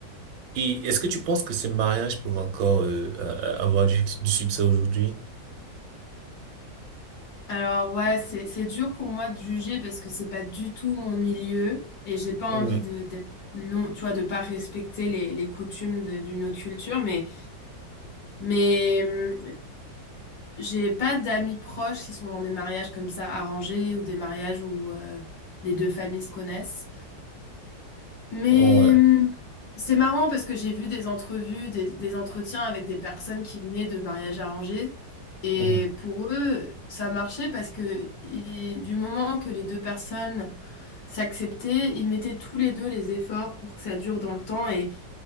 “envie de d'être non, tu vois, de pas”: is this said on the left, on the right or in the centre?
Left